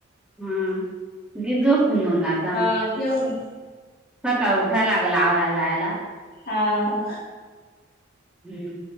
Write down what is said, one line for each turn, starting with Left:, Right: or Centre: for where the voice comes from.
Centre: हा गिजो पण मंगाआ
Left: हा ठेव ना.
Centre: सकाळ उठायला लागल आवाया जायला.
Left: हा.
Centre: हम्म.